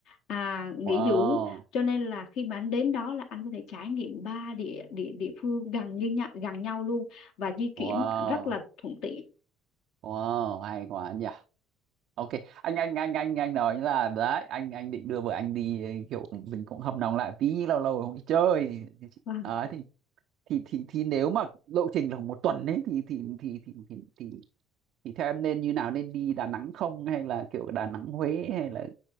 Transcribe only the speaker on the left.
à, nghỉ
dưỡng cho nên là khi mà anh đến đó là anh có thể trải nghiệm ba địa địa địa phương gần như nhau, gần nhau luôn và di chuyển
rất là thuận tiện.
Vâng.